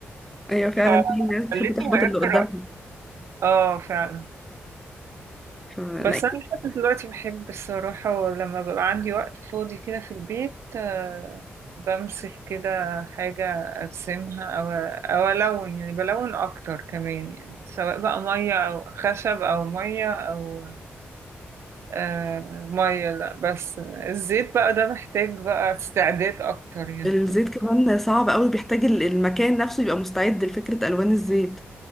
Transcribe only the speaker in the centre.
ايوه فعلا
في ناس بتحب تحبط
اللي قدامها
فلا
الزيت كمان صعب قوي بيحتاج ال- المكان نفسه يبقى مستعد لفكرة الوان الزيت